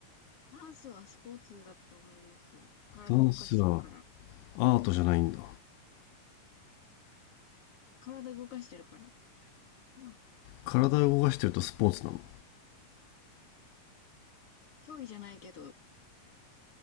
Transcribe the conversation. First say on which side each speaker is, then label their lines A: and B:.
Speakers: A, on the left; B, on the left.
A: ダンスはスポーツだと思います。体動かしてるから。
B: ダンスはアートじゃないんだ。
A: 体動かしてるから。うん。
B: 体を動かしてるとスポーツなの
A: 競技じゃないけど、